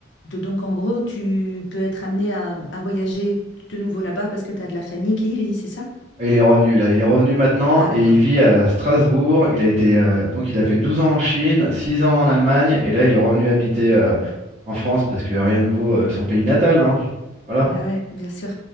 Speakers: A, on the left; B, on the right.
A: de- donc, en gros, tu peux être amené à, à voyager de nouveau là-bas parce que tu as de la famille qui y vit, c'est ça?
B: Ah, Il est revenu là, il est revenu maintenant
A: Ah,
B: et
A: d'accord.
B: il vit à Strasbourg. Il a été euh, donc il a fait 12 ans en Chine, 6 ans en Allemagne et là il est revenu habiter euh, en France parce que rien ne vaut euh, son pays natal, hein. Voilà,
A: Bah ouais, bien sûr.